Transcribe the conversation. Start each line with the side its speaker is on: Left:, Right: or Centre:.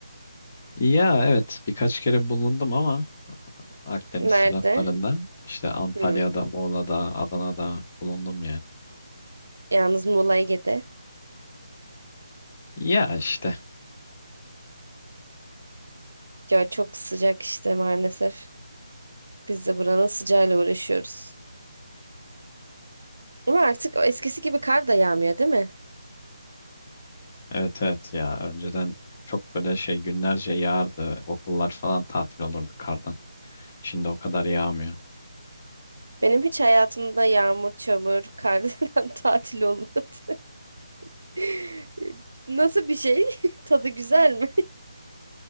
Left: Ya evet birkaç kere bulundum ama Akdeniz
Right: Nerede?
Left: taraflarında işte Antalya'da,
Right: Hmm.
Left: Muğla'da, Adana'da bulundum yani.
Right: Yalnız Muğla Ege'de.
Left: Ya işte
Right: Ya çok sıcak işte maalesef. Biz de buranın sıcağıyla uğraşıyoruz. Ama artık o eskisi gibi kar da yağmıyor değil mi?
Left: evet evet ya önceden çok böyle şey günlerce yağardı. Okullar falan tatil olurdu kardan. Şimdi o kadar yağmıyor.
Right: Benim hiç hayatımda yağmur, çamur, kardan <laughs> tatil olmadı. <laughs> Nasıl bir şey? <laughs> Tadı güzel mi?